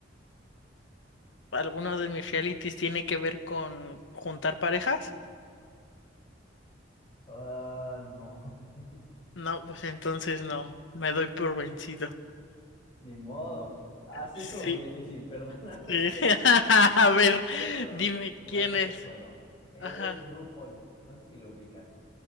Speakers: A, on the left; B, on the left.
A: ¿Alguno de mis realities tiene que ver con juntar parejas?
B: Ah, no, <laughs>
A: No, pues entonces no, me doy por vencido.
B: ni modo. Ah, sí,
A: Sí,
B: estuvo muy difícil, <laughs> perdóname, es
A: sí.
B: que
A: <laughs> A ver,
B: ya he estado
A: dime
B: jugando
A: quién
B: este
A: es.
B: juego. Es
A: Ajá.
B: RuPaul, no sé si lo ubicas.